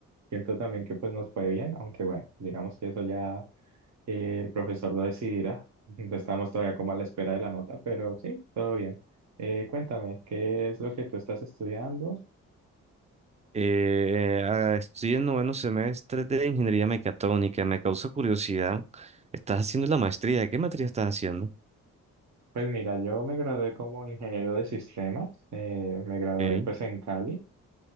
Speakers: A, on the right; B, on the right.
A: Siento también que pues nos fue bien, aunque bueno, digamos que eso ya eh, el profesor lo decidirá. <laughs> Estamos todavía como a la espera de la nota, pero sí, todo bien. Eh, cuéntame, ¿qué es lo que tú estás estudiando?
B: Eh, ah, estoy en noveno semestre de ingeniería mecatrónica. Me causa curiosidad. ¿Estás haciendo la maestría? ¿Qué materia estás haciendo?
A: Pues mira, yo me gradué como ingeniero de sistemas, eh, me gradué
B: Ok.
A: pues en Cali